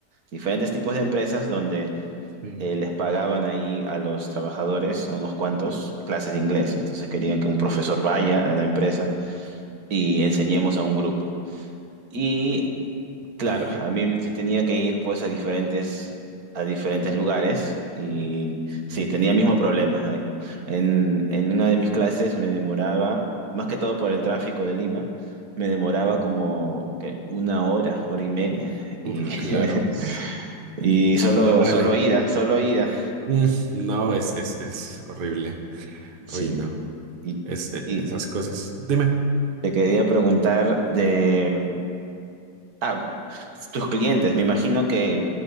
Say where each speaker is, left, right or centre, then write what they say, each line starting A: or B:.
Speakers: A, on the right (about 65°); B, on the right (about 40°).
A: diferentes tipos de empresas donde
B: Sí.
A: eh, les pagaban ahí a los trabajadores, a unos cuantos, clases de inglés. Entonces querían que un profesor vaya a la empresa y enseñemos
B: sí,
A: a un grupo. Y
B: Ok.
A: Claro, a mí yo tenía que ir pues a diferentes, a diferentes lugares y sí,
B: sí.
A: tenía el mismo problema. En, en una de mis clases me demoraba, más que todo por el tráfico de Lima, me demoraba
B: ujú.
A: como que una hora, hora y media.
B: Uf,
A: Y, <laughs>
B: claro.
A: y solo,
B: No lo vale.
A: solo ida, solo ida.
B: Mm, no, es, es, es horrible.
A: Sí.
B: Uy, no.
A: Y,
B: Es, e-
A: y
B: esas cosas. Dime.
A: te quería preguntar de Ah, tus clientes, me imagino que